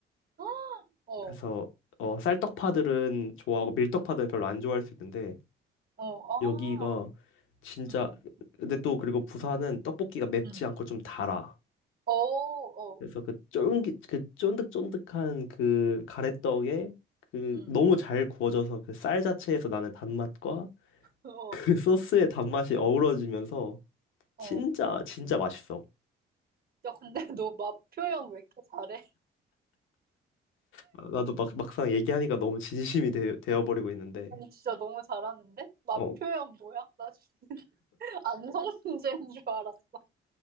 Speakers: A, on the right; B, on the left.
A: <gasps> 헉! 어,
B: 그래서 어, 쌀떡파들은 좋아하고 밀떡파들은
A: 음,
B: 별로 안 좋아할 수 있는데
A: 어, 아,
B: 여기가 진짜
A: 음,
B: 근데 또 그리고 부산은 떡볶이가 맵지
A: 음.
B: 않고 좀 달아.
A: 어, 어,
B: 그래서 그 쫄깃 그 쫀득쫀득한 그 가래떡에 그
A: 음.
B: 너무 잘 구워져서 그 쌀 자체에서 나는 단맛과
A: 어,
B: 그 <laughs> 소스의 단맛이 어우러지면서 진짜
A: 어.
B: 진짜 맛있어.
A: 야, 근데 <laughs> 너 맛 표현 왜 이렇게 잘해?
B: 아, 나도 막 막상 얘기하니까 너무 진심이 되, 되어버리고 있는데.
A: 아니 진짜 너무 잘하는데? 맛
B: 어.
A: 표현 뭐야? 나 진짜 <laughs> 안성문제인 줄 알았어.